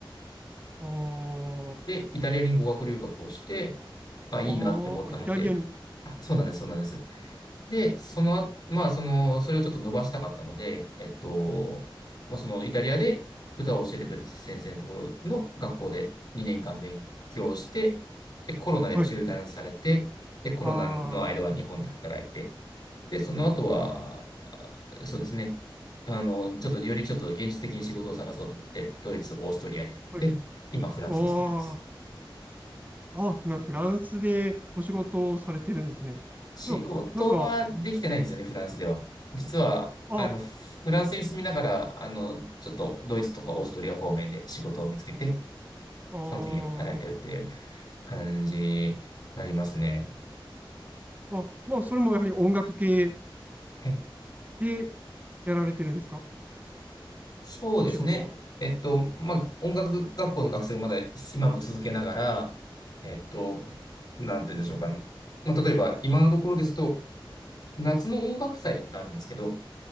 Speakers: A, on the right; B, on the left.
A: あ
B: で、イタリアに語学留学をして、あ、いいなって思ったので、
A: あ、ああ、イタリアに。
B: あ、そうなんです、そうなんです。で、その後、まあ、その、それをちょっと伸ばしたかったので、えっと、まあ、そのイタリアで歌を教えてくれた先生のところの学校で2年間勉強して、で、コロナで中断されて、
A: はい。
B: で、コロナの間は日本で働いて、
A: あ
B: で、その後は、そうですね。あの、ちょっと、よりちょっと現実的に仕事を探そうと思って、ドイツ、オーストリアに行って、
A: あ、はい。
B: 今、フランスに住んでます。
A: ああ、あ、なフランスでお仕事をされてるんですね。
B: 仕事はできてないんですよね、
A: でも、なんか、
B: フランスでは。実は、
A: あ、
B: あの、フランスに住みながら、あの、ちょっと、ドイツとかオーストリア方面で仕事を見つけて、
A: あー
B: その時働いてるっていう感じになりますね。
A: あ、まあ、それもやはり音楽系
B: はい。
A: でやられてるんですか
B: そうですね。
A: お仕事は。
B: えっと、まあ、音楽学校の学生をまだ今も続けながら、えっと、なんて言うんでしょうかね。まあ、例えば、今のところですと、夏の音楽祭があるんですけど、